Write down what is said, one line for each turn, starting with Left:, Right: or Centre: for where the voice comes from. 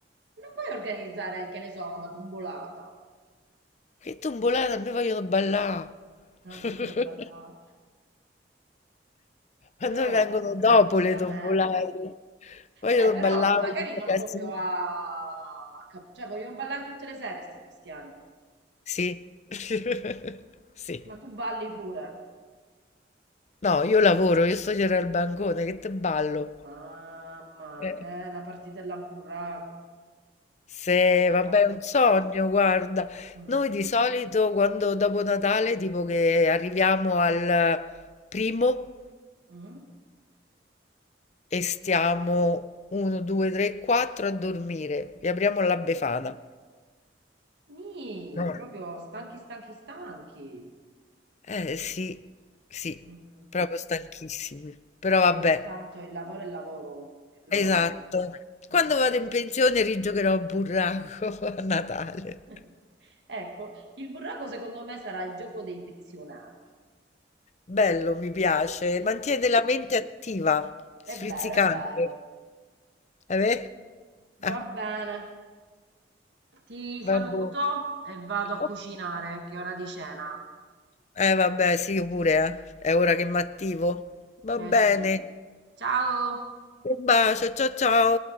Right: Non puoi organizzare, che ne so, una tombolata.
Left: Che tombolate, a me vogliono ballà.
Right: Ah,
Left: <laughs>
Right: vogliono ballare.
Left: A
Right: Eh,
Left: noi
Right: oh,
Left: vengono dopo
Right: giustamente.
Left: le tombolate. Vogliono
Right: Vabbè, però
Left: ballare,
Right: no- magari
Left: tutto
Right: non
Left: casino.
Right: proprio a... a cap- cioè, vogliono ballare tutte le sere, sti cristiani.
Left: Sì. <laughs> Sì.
Right: Ma tu balli pure.
Left: No, io lavoro, io stasera al bancone, che te ballo.
Right: Mamma,
Left: Eh,
Right: eh, la partitella a burraco.
Left: Se,
Right: Hai ragione.
Left: vabbè, è un sogno, guarda.
Right: Mm.
Left: Noi di solito quando dopo Natale, tipo che arriviamo al primo
Right: Mm.
Left: e stiamo 1, 2, 3, 4 a dormire, vi apriamo la
Right: Mamma.
Left: Befana.
Right: Nì,
Left: no.
Right: proprio stanchi, stanchi, stanchi.
Left: Eh sì, sì,
Right: Mm.
Left: proprio stanchissimi. Però
Right: Eh,
Left: vabbè,
Right: ma intanto il lavoro è il lavoro che dobbiamo
Left: esatto. Quando
Right: fare. Mm,
Left: vado
Right: mm.
Left: in pensione rigiocherò a burraco <laughs> a Natale.
Right: <laughs> Ecco, il burraco secondo me sarà il gioco dei pensionati.
Left: Bello, mi piace.
Right: Sì,
Left: Mantiene
Right: sì,
Left: la mente attiva,
Right: è
Left: sfrizzicante.
Right: vero, è vero.
Left: Eh, beh? <laughs> Ah,
Right: Va bene, ti saluto
Left: vabbè.
Right: e vado a
Left: Ok.
Right: cucinare, che è ora di cena.
Left: Eh vabbè, sì, io pure, eh. È ora che mi attivo. Va
Right: Eh
Left: bene.
Right: sì. Ciao!
Left: Un bacio, ciao ciao.